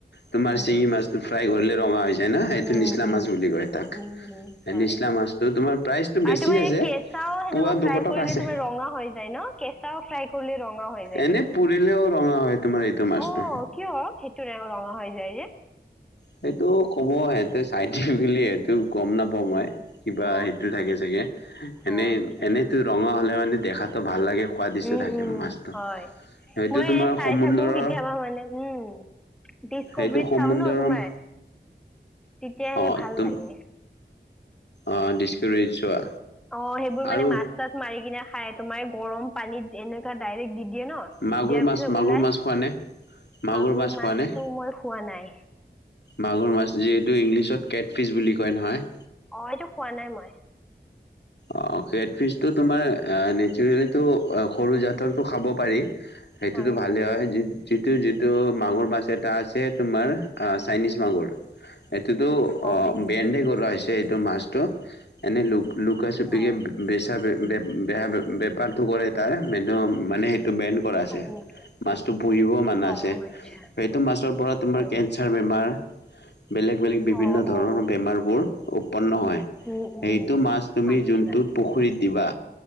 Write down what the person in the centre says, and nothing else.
উম
উম
উম
উম উম হয়
আৰু তোমাৰ
এই কেঁচাও সেনেকুৱা
ফ্ৰাই
কৰিলে
তোমাৰ ৰঙা হৈ যায় ন' কেঁচাও ফ্ৰাই কৰিলে ৰঙা হৈ যায়
কিন্ত
অহ কিয় সেইটোৰে ৰঙা হৈ যায় যে <inaudible>
অ
অ
আচ্ছা
উম
উম
হয়
মই
চাই
থাকো কেতিয়াবা মানে উম ডিচকভাৰীত
চাও ন তোমাৰ
তেতিয়াহে
ভাল
লাগে
অহ, সেইবোৰ মানে
মাছ -চাছ মাৰি কিনে খাই তোমাৰ গৰম পানীত এনেকুৱা ডাইৰেক্ট দি দিয়ে ন'
দিয়াৰ
পিছত
ওলাই
মাগুৰ
মাছটো
মই খোৱা নাই।
অ এইটো খোৱা নাই মই।
হয়
নেকি
অ
হয় নেকি
অ
হয় নেকি
অ
আচ্ছা
হয়
নেকি
অ
অ
আচ্ছা
উম
উম
আচ্ছা